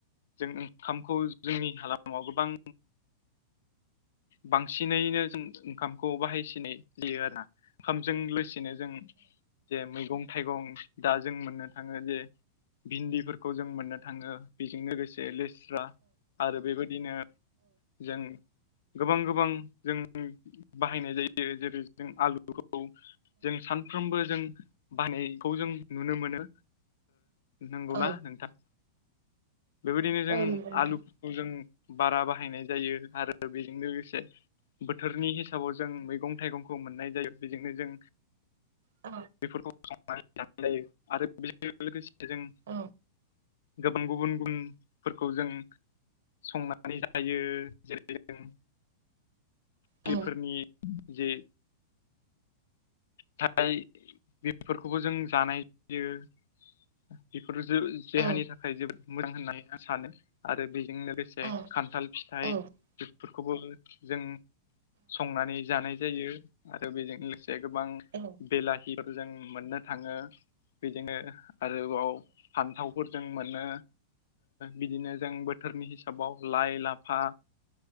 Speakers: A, on the left (about 75°); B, on the right (about 75°).
A: जों ओंखामखौ जोंनि हालामाव गोबां बांसिनैनो जों ओंखामखौ बाहायसिनै जायो आरोना। ओंखामजों लोगोसेनो जों जे मैगं थाइगं दा जों मोननो थाङो जे भिन्दिफोरखौ जों मोननो थाङो बेजों लोगोसे <unintelligible> <unintelligible> आरो बेबायदिनो जों गोबां गोबां जों बाहायनाय जायो जेरै जों आलुखौ जों सानफ्रोमबो जों बायनायखौ जों नुनो मोनो। नंगौना
B: औ
A: नोंथां। बेबायदिनो जों
B: औ नंगौ नोंथां
A: आलुफोरखौ जों बारा बाहायनाय जायो आरो आरो बेजों लोगोसे बोथोरनि हिसाबाव जों मैगं- थाइगंखौ मोननाय जायो बेजोंनो जों
B: औ।
A: बेफोरखौ खालामनानै लानाय जायो आरो बेजों लोगोसे जों
B: औ
A: गोबां गुबुन गुबुनफोरखौ जों संनानै जायो जेरै जों
B: औ
A: बेफोरनि जे <unintelligible> बेफोरखौबो जों जानाय जायो। बेफोरजों जे
B: औ
A: देहानि थाखाय जोबोद मोजां होननानै आं सानो आरो बेजोंनो बे जे
B: औ
A: खान्थाल फिथाइ
B: औ औ औ
A: बेफोरखौबो जों संनानै जानाय जायो आरो बेजों लोगोसे गोबां
B: औ।
A: बेलाहिफोर जों मोननो थाङो बेजोंनो आरोबाव फान्थाव -फोर जों मोनो बिदिनो जों बोथोरनि हिसाबाव लाइ, लाफा